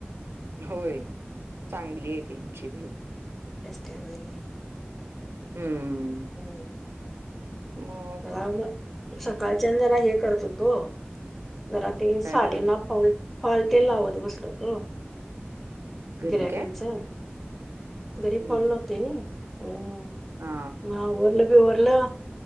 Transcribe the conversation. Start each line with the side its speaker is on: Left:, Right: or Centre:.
Right: होय चांगली आहे त्यांची भेळ.
Centre: ते होय.
Right: हं
Centre: हं
Right: मग
Centre: मला वाटल सकाळच्या जरा हे करत होतो जरा ते
Right: काय
Centre: साडीना
Right: करा
Centre: फाॅल फाॅलतेन लावत बसलो होतो
Right: घरी
Centre: गिरायकांचा.
Right: काय
Centre: घरी
Right: हम्म
Centre: फाॅल लावते होय? हं...
Right: हा
Centre: मग आवरलं बीवरल.